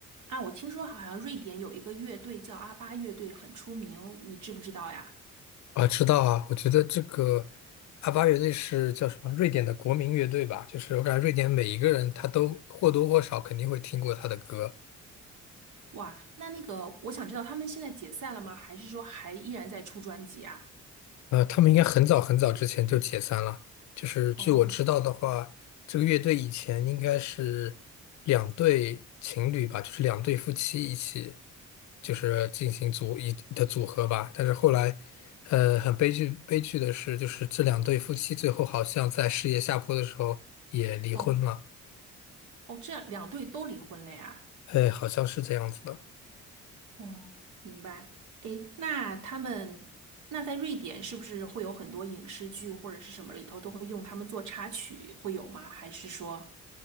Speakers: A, on the right (about 75°); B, on the left (about 70°).
A: 啊，我听说好像瑞典有一个乐队叫阿巴乐队，很出名，你知不知道呀？
B: 啊，知道啊，我觉得这个阿巴乐队是叫什么？瑞典的国民乐队吧？就是我感觉瑞典每一个人他都或多或少肯定会听过他的歌。
A: 哇，那那个，我想知道他们现在解散了吗？还是说还依然在出专辑啊？
B: 呃，他们应该很早很早之前就解散了。就是据我知道的话，
A: 哦
B: 这个乐队以前应该是两对情侣吧，就是两对夫妻一起，就是进行组一的组合吧。但是后来，呃，很悲剧悲剧的是，就是这两对夫妻最后好像在事业下坡的时候也离婚了。
A: 哦哦，这样两队都离婚了呀？
B: 哎，好像是这样子的。
A: 哦，明白。诶，那他们那在瑞典是不是会有很多影视剧或者是什么里头都会用他们做插曲，会有吗？还是说，